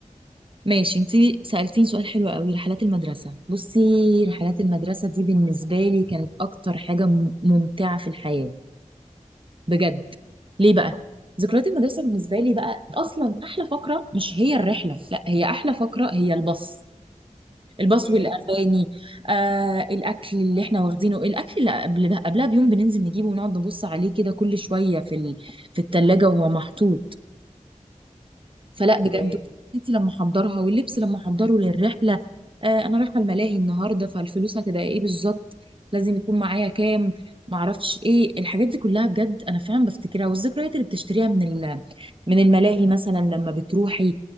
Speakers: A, on the right; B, on the left.
A: ماشي انتي سألتيني
B: مم.
A: سؤال حلو قوي رحلات المدرسة بصي رحلات المدرسة دي بالنسبة لي كانت أكتر حاجة م- ممتعة في الحياة بجد ليه بقى؟ ذكريات المدرسة بالنسبة لي بقى أصلا أحلى فقرة مش هي الرحلة لا هي أحلى فقرة هي الباص الباص
B: امم
A: والأغاني آه الأكل اللي احنا واخدينه الأكل اللي قبل قبلها بيوم بننزل نجيبه ونقعد نبص عليه كده كل شوية في ال... في التلاجة وهو محطوط فلا
B: اوكي
A: بجد والدتي لما احضرها واللبس لما احضره للرحله آه انا رايحه الملاهي النهارده فالفلوس هتبقى ايه بالظبط لازم يكون معايا كام معرفش ايه الحاجات دي كلها بجد انا فعلا بفتكرها والذكريات اللي بتشتريها من ال... من الملاهي مثلا لما بتروحي